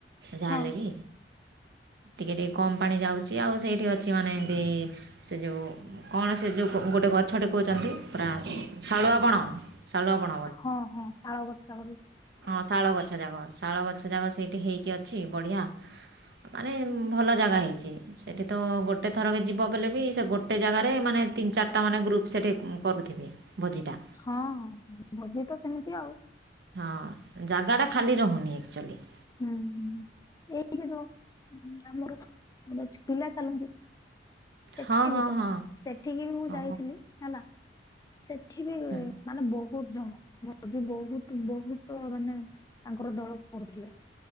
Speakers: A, on the right (about 65°); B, on the left (about 20°).
A: ଯାହାହଲେ
B: ହଁ
A: ବି ଟିକେ ଟିକେ କମ୍ ପାଣି ଯାଉଚି କି ଆଉ ସେଇଠି ଅଛି ମାନେ ଏମତି ସେ ଯୋଉ କଣ ସେ ଯୋଉ ଗୋଟେ ଗଛଟେ କୋହୁଚନ୍ତି? ପ୍ରା ଶାଳୁଆବଣ ଶାଳୁଆବଣ।
B: ହଁ ହଁ ଶାଳ ବରସ <unintelligible>
A: ହଁ ଶାଳ ଗଛ ଯାକ ଶାଳ ଗଛ ଯାକ ସେଇଠି ହେଇକି ଅଛି ବଢ଼ିଆ ମାନେ ଭଲ ଜାଗା ହେଇଛି। ସେଇଠି ତ ଗୋଟେ ଥରକ ଯିବ ବଲେ ବି ସେ ଗୋଟେ ଜାଗାରେ ମାନେ ତିନି ଚାରିଟା ମାନେ ଗ୍ରୁପ୍ ସେଇଠି କରୁଥିବେ। ବଜିଟା।
B: ହଁ, ଭୋଜି ତ ସେମିତି ଆଉ।
A: ହଁ ଜାଗାଟା ଖାଲି ରହୁନି ଆକ୍ଚୁଆଲି।
B: ହୁଁ, ହୁଁ। ଏଇଠି ଯୋଉ ଆମର ଆମଛି ପିଲା ଚାଲନ୍ତି। ସେଠିକି
A: ହଁ ହଁ
B: ବି ତ,
A: ହଁ
B: ସେଠିକି ବି ମୁଁ ଯାଇଥିଲି
A: ଓହୋ
B: ହେଲା। ସେଠି ବି-ଇ
A: ହୁଁ
B: ମାନେ ବହୁତ। ଜଣ ଭଜି ବହୁତ ବହୁତ ମାନେ ତାଙ୍କର ଦଳ କରୁଥିଲେ।